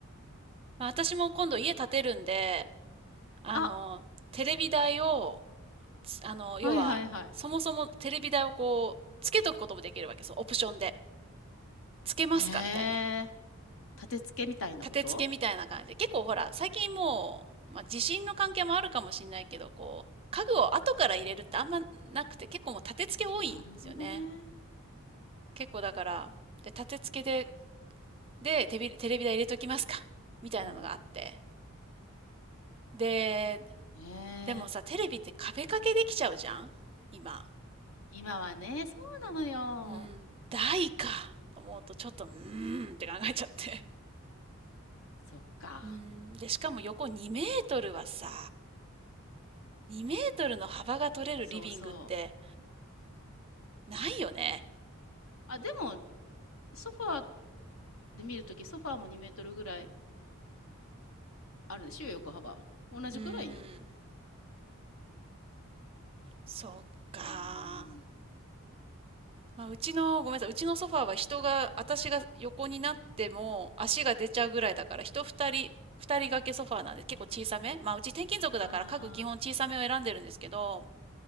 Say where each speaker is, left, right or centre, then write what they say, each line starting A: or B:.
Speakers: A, on the right (about 25°); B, on the left (about 70°).
A: まあ私も今度家建てるんで、あの、
B: あ、
A: テレビ台を、つあの、要は、
B: はいはいはい。
A: そもそもテレビ台をこう、つけとくこともできるわけです。オプションで。つけますかみたいな。
B: へえ。立て付けみたいなこと
A: 立て付けみたいな感じで、結構ほら、最近もう、まあ、地震の関係もあるかもしれないけど、こう、家具を後から入れるってあんまなくて、結構もう立て付け多いんですよね。
B: なるほどね。
A: 結構だから、で、立て付けで、で、テレビ、テレビ台入れときますかみたいなのがあって。
B: うん。
A: で、
B: ねえ。
A: でもさ、テレビって壁掛けできちゃうじゃん今。
B: 今はね、そうなのよ。
A: うん、台か。と思うと、ちょっと、うーんって考えちゃって。
B: そっか。
A: <laughs> うん、で、しかも横2メートルはさ、2メートルの幅が取れるリビングって、
B: そうそう。
A: ないよね。
B: あ、でも、ソファーで見るとき、ソファーも2メートルぐらいあるでしょ、横幅。同じくらいよ。
A: うーん。そっか。
B: うーん。
A: まあ、うちの、ごめんなさい、うちのソファーは人が、
B: そう。
A: 私が横になっても足が出ちゃうぐらいだから、人二人、二人掛けソファーなんで結構小さめ。まあ、うち転勤族だから家具基本小さめを選んでるんですけど、
B: ああ。